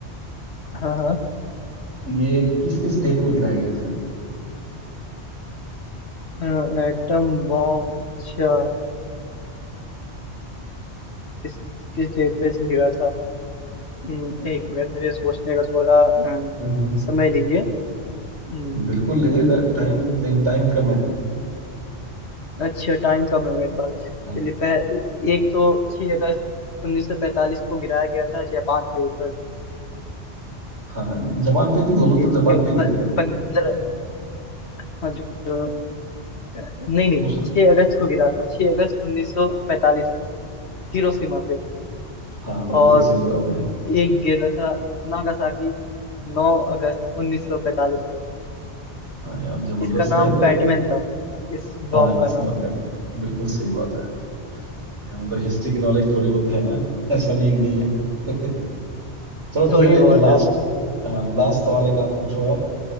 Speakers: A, on the left; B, on the right.
A: हाँ हाँ
B: ये किस किस डेट में गिराए गए थे
A: एटम बॉम्ब अच्छा किस किस डे पे गिरा था हम्म, एक मिनट मुझे सोचने का थोड़ा अ,
B: हम्म
A: समय दीजिए हम्म।
B: बिल्कुल लीजिए टाइम लेकिन टाइम कम है
A: अच्छा टाइम कम है मेरे पास
B: हाँ
A: चलिए पह, एक तो 6 अगस्त 1945 को गिराया गया था जापान के ऊपर
B: हाँ, जापान पे तो दोनों तो
A: एक
B: जापान पे गिरे थे
A: पंद्रह हाँ जो जो- नहीं नहीं
B: दूसरा
A: 6 अगस्त को गिरा था 6 अगस्त 1945 को, हिरोशिमा पे
B: हाँ बिल्कुल
A: और
B: सही जवाब है
A: एक गिरा था नागासाकी 9 अगस्त 1945 पर
B: हाँ यार जबरदस्त
A: इसका नाम
B: भाई तो
A: फैटमैन था इस
B: हाँ
A: बॉम्ब का
B: इसका
A: नाम
B: माफ है बिल्कुल सही बात है यार मतलब हिस्ट्री की नॉलेज थोड़ी बहुत है हैं? <laughs> ऐसा नहीं है कि नहीं है <laughs> चलो ठीक
A: थोड़ी
B: है भाई
A: बहुत
B: लास्ट
A: है बस।
B: हाँ लास्ट सवाल एक आप पूछो आप